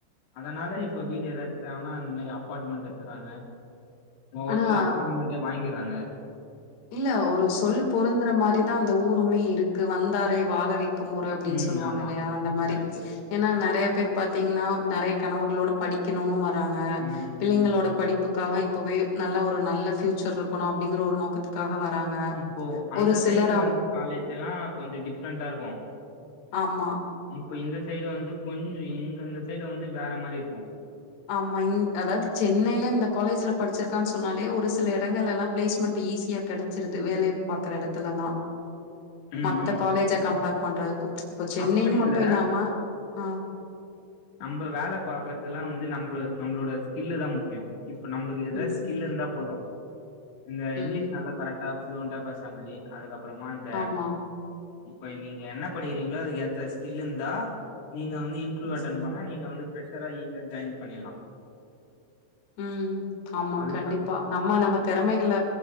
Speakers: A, on the left (about 85°); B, on the left (about 65°).
A: அதனால
B: ம்
A: இப்போ வீடு எதாச்சு தேவன்னா அந்த மாறி அப்பாட்மண்ட் எடுத்தறாங்க ஒவ்வொருத்தரு
B: ஆனா
A: அப்பார்மெண்டே வாங்கிறாங்க
B: இல்ல ஒரு சொல் பொருந்தற மாறிதா அந்த ஊருமே இருக்கு வந்தாரை வாழவை குமூரு அப்டின்னு
A: ம்
B: சொல்லுவாங்க
A: ஆமா
B: இல்லையா அந்த மாறி
A: கரெக்ட்டு
B: ஏன்னா நெறைய பேரு பாத்தீங்கன்னா நெறைய கனவுகளோட படிக்கணுன்னு வராங்க
A: ம்
B: பிள்ளைங்களோட
A: ம்
B: படிப் புக்காக இப்பவே நல்ல ஒரு நல்ல பியூச்சர் இருக்கணு அப்டிங்கிற ஒரு நோக்கத்து க்காக வராங்க
A: இப்போ அந்த
B: ஒரு சிலர்
A: சைடு
B: அவங்
A: வந்து காலேஜ் எல்லா கொஞ்சோ டிஃப்ரெண்டா இருக்கு
B: ஆமா
A: இப்ப இந்த சைடு வந்து கொஞ் இங்க இந்த சைடு வந்து வேற மாறி இருக்கு
B: ஆமா இந் அதாவது சென்னைல இந்த காலேஜ்ல படிச்சிருக்கான்னு சொன்னாலே ஒரு சில இடங்கள்ல எல்லா பிளேஸ்மெண்ட் ஈஸியா கிடைச்சிருது வேலைய பாக்கற எடத்துல எல்லா
A: ம்
B: மத்த
A: ம்
B: காலேஜ கம்பேர் பண்றதுக்கு இப்ப சென்னைன்னு
A: அப்படி
B: மட்டு
A: இல்ல
B: இல்லாம அ
A: நம்ப வேல பாக்றதெல்லா வந்து நம்மள நம்மளோட ஸ்கில்லு தா முக்கியோ இப்ப நம்ளுக்கு ஏதாச்சு
B: ம்
A: ஸ்கில்லு போது இந்த இங்கிலீஷ்
B: ம்
A: நல்லா கரெக்ட் ஆ ஃப்ளூய்ண்டா பேசற மாரி அதுக்கப்பறமா இந்த
B: ஆமா
A: இப்ப நீங்க என்ன படிக்கிறீங்களோ அதுக்கு ஏத்த ஸ்கில்லு இருந்தா நீங்க வந்து இன்
B: ம்
A: ஆனா நீங்க வந்து ஃபிரெஷ்ஷரா ஈஸியா ஜாயின் பண்ணிட்லா
B: ம் ஆமா
A: அதுக்கப்புற
B: கண்டிப்பா நம்ம நம்ம திறமைகள